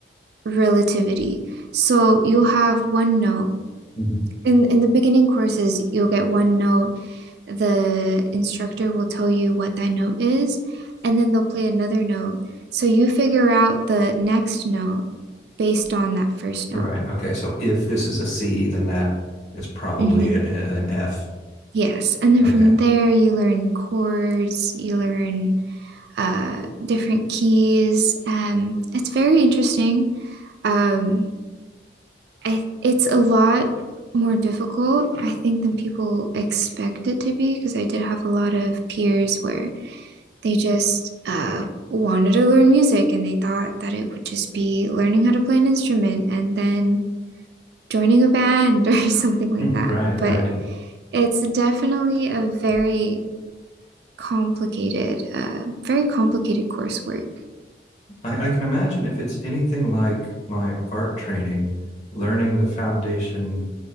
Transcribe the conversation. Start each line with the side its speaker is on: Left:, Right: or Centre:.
Right: relativity. So you'll have one note.
Left: Mhm.
Right: In in the beginning courses, you'll get one note the instructor will tell you what that note is, and then they'll play another note. So you figure out the next note based on that first note.
Left: Right. Okay. So if this is a C, then that is probably
Right: hmm
Left: a, an F.
Right: Yes. And then
Left: Okay.
Right: from there, you learn chords, you learn uh, different keys. Um, it's very interesting. Um, I, it's a lot more difficult, I think, than people expect it to be because I did have a lot of peers where they just uh, wanted to learn music and they thought that it would just be learning how to play an instrument and then joining a band <laughs> or something like
Left: <laughs>
Right: that.
Left: Right,
Right: But
Left: right.
Right: it's definitely a very complicated, uh, very complicated coursework.
Left: I, I can imagine if it's anything like my art training, learning the foundation